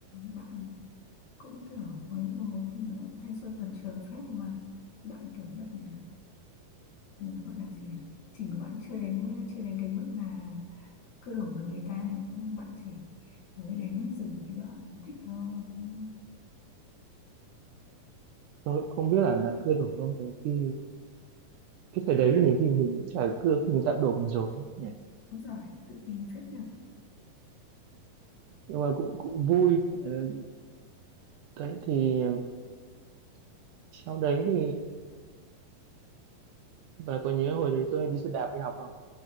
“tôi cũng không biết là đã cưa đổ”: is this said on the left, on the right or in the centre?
Right